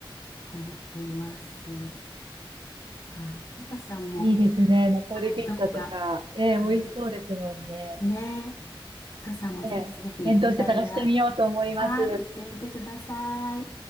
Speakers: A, on the left; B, on the right.
A: 思っています。はい。ゆかさんも、
B: いいですね。ナポリピッツァとか、
A: はい、どこか、
B: ええ、
A: はい。
B: 美味しそうですもんね。
A: ねえ。かさんもぜひぜひイタリア、
B: ねえ、検討して探してみようと思います。
A: はい、行ってみてください。